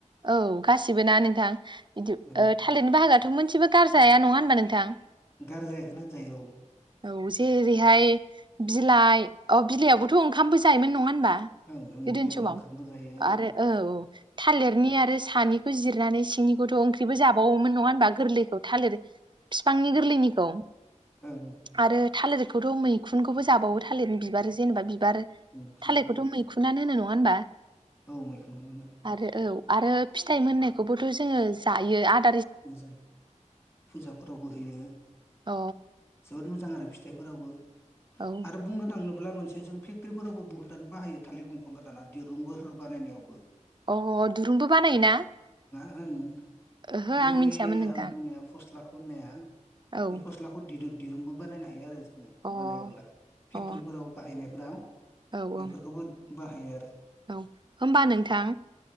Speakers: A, on the right; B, on the left.
A: औ गासिबो ना नोंथां बिदि
B: ओं
A: ओ थालिरनि बाहागोआथ' मोनसेबो गारजाया नङा होनबा नोंथां?
B: गारजायैखौनो होनजायो औ
A: औ जेरैहाय बिलाइ अ बिलाइयावबोथ' ओंखामबो जायोमोन नङा होनबा
B: ओं ओं
A: गोदोनि
B: बिलाइयाव
A: समाव
B: ओंखामबो जायो
A: आरो औ औ थालिरनि आरो सानिखौ जिरनानै बिनिखौथ' ओंख्रिबो जाबावोमोन नङा होनबा गोरलैखौ थालिर बिफांनि गोरलैनिखौ
B: ओं
A: आरो थालिरखौथ' मैखुन खौबो जाबावो थालिरनि बिबार जेनेबा बि बिबार
B: मैखुनखौबो
A: थालिरखौथ' मैखुनना नो होनो न नङा होनबा
B: औ मैखुनखौ मोनो
A: आरो औ आरो फिथाइ मोननायखौबोथ जोङो जायो आरो।
B: मोजां फुजाफोरावबो होयो
A: अ
B: जोबोद मोजां आरो फि फिथाइ फोरावबो
A: औ
B: आरो बुंनो थाङोब्ला मोन एसे जों फेक्टरिफोरावबो बहुतआनो बाहायो थालिर बंफांखौ दानिया दिरुं बोहोर बानाय नायावबो
A: अ दुरुंबो बानायोना
B: ओं
A: ओहो
B: थालि
A: आं
B: बै
A: मिथियामोन नोंथां
B: आं बुंनाया फस्लाखौ खननाया
A: औ
B: बे फस्लाखौ दि दो। दिरुंबो बानायनो हायो आरो।
A: अ
B: बानायबोला
A: अ
B: फेक्टरिफोराव
A: औ
B: बाहायनाय फ्राव
A: औ
B: बेैफोरखौबो बाहायो आरो।
A: औ होनबा नोंथां